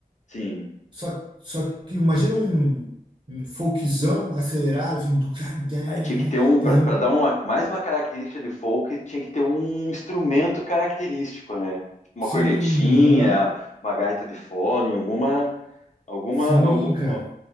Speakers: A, on the left; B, on the right.
A: Sim.
B: só, só que imagina um, um folkzão acelerado, assim, dugdá, dugdá, né?
A: Aí tinha que ter um.
B: fazendo.
A: para pra dar uma, mais uma característica de folk, tinha que ter um instrumento característico, né? Uma
B: Sim,
A: cornetinha,
B: aham,
A: uma gaita de fole, alguma. Alguma,
B: sim,
A: algum,
B: cara.
A: ó,